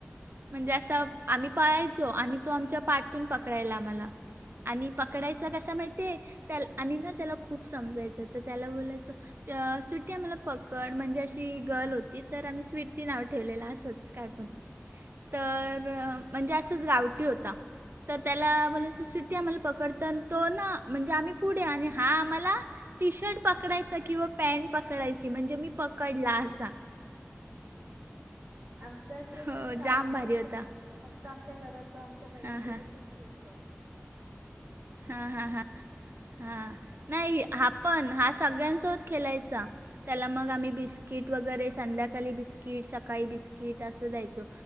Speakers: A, on the right (about 50°); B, on the right (about 75°).
A: म्हणजे असां आम्ही पाळायचो आणि तो आमच्या पाटून पकडायला आम्हाला आणि पकडायचं
B: हा
A: कसं माहिती ये त्या आणि ना त्याला खूप समजायचं त त्याला बोलायचो चं स्वीटी आम्हाला पकड म्हणजे अशी गर्ल होती तर आम्ही स्वीटी नाव ठेवलेलं असच काय पण <unintelligible> तर म्हणजे असंच गावटी होता तर त्याला बोलायस स्वीटी आम्हाला पकड तनं तो ना म्हणजे आम्ही पुढे आणि हा आम्हाला टी शर्ट पकडायचा किंवा पॅन्ट पकडायची म्हणजे मी पकडला असा
B: आमचां शेरू
A: हो
B: चावत
A: जाम भारी होता
B: करायला फक् क्त आमच्या घरात तो आमच्या भैयासोबतच
A: हां हां
B: खेळतो.
A: हां हां हा हा नाय हा पण हा सगल्यांसोबत खेलायचा. त्याला मग आम्ही बिस्किट वगैरे संध्याकाली बिस्किट सकाळी बिस्किट असं द्यायचो.